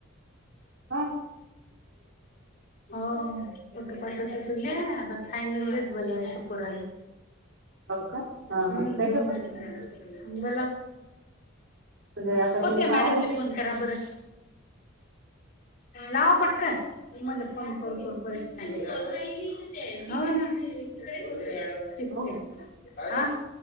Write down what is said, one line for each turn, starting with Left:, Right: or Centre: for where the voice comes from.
Right: हा
Left: हो फोटो पाठवते तुलै. आता पहायलाच बोलवायचं पोराला.
Right: हो का? हा
Left: हम्म.
Right: हा त्याच्या पसंत
Left: हम्म.
Right: आहे. म्हणजे आता
Left: <unintelligible> ओ
Right: ती
Left: त्या
Right: पाहायला
Left: मॅडमले
Right: कुठं
Left: फोन करा बर. लावा पटकन. मले फोन करू करू परेशान हाव ना. <unintelligible>
Right: हो का?
Left: हा.